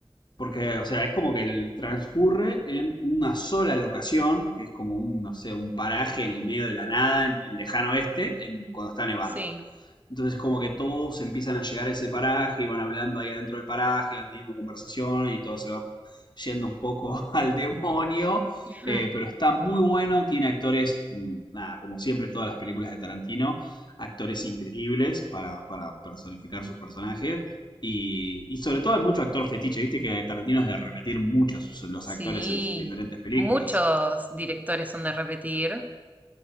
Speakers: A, on the left; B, on the right.
A: Porque, o sea, es como que el transcurre en una sola locación, que es como un, no sé, un paraje en el medio de la nada, en el lejano oeste, en, cuando está nevando.
B: Sí.
A: Entonces, como que todos empiezan a llegar a ese paraje y van hablando ahí adentro del paraje, van teniendo conversaciones y todo se va yendo un poco <laughs> al demonio.
B: Ujú.
A: Eh, pero está muy bueno, tiene actores, mm, nada, como siempre todas las películas de Tarantino, actores increíbles para, para personificar sus personajes. Y, y sobre todo hay mucho actor fetiche, viste que Tarantino es de repetir muchos los
B: Sí.
A: actores en sus diferentes películas.
B: Muchos directores son de repetir.